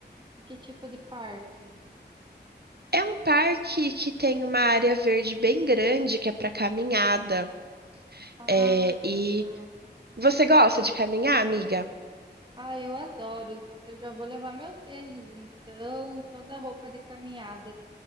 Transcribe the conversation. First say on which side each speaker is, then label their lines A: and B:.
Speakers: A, on the right; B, on the right.
A: E que tipo de parque?
B: É um parque que tem uma área verde bem grande que é para caminhada.
A: Ai,
B: É,
A: que
B: e
A: legal!
B: você gosta de caminhar, amiga?
A: Ah, eu adoro. Eu já vou levar meu tênis, então, toda a roupa de caminhada.